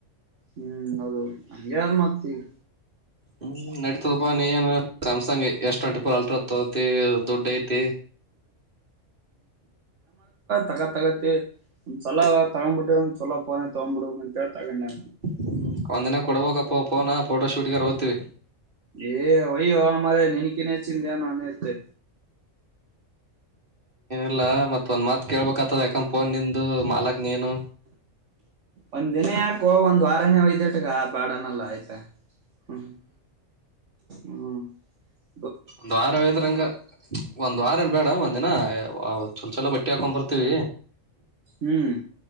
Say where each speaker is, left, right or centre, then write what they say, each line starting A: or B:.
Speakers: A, on the right; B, on the right.
A: ಹ್ಮ್ ಅೌದು ಹಗೆ ಯಾರ ಮತೀವಿ
B: ಹ್ಮ್ ನಡೀತದಪ್ಪಾ ನೀ್ಂಗ ಗೆ ಎಷ್ಟು ಒಂಟಿ ರ್ ಅಲ್ಟ ತತಿ ದುಡ್ಡು ಐತಿ
A: ತಗ ತಗತ್ತ್ ಸಲ ತಗೊಂಡಂಬಿಟ್ಟು ಚಲೋಪೋನೆೆ ತಗ್ಂಬಿಡು ಅಂತ ಹೇಳಿ ತಗೊಂಡೆ
B: ಹ್ಮ ಒಂದಿನ ಕೊಡಬಪ್ಪ ಪೋನಾ ಫೋಟೋ ಶೂಟ್ ಗಾರ ಹೋಗ್ತೀವಿ
A: ಏ ಒಯ ಹ ಮರ ನನಕ್ಕೆನೇ ಚಿಂತಾನನೇತೆ
B: ಲ್ಲ ಮತ್ತ ಒಂದ್ ಮಾತ್ ಕೇಳಳ್ಬೇಕಕ್ತದ ಯಾಕಂದಫೋನ್ ನಿಂದು ಮಾಲಕ್ ನೀನು
A: ಒಂದ ದಿನ ಯಾಕು ಒಂದ್ ವಾರನೆೇ ಒಯ್ದಟ್ಗ ಬಾಡನೆಲ್ಲ ಆಯ್ತಾ ಹ್ಮ ಹ್ಮ
B: ಒಂದ್ ವಾರ ಹದ್ರಂಗ ಒಂದ್ ವಾರ ಏನ್ ಬೇಡ ಒಂದಿನ ಚಲ ಚಛಲೋ ಬಟ್ಟಿ ಹಾಕೊಂಡ್ ಬರ್ತೀವಿ
A: ಹ್ಮ್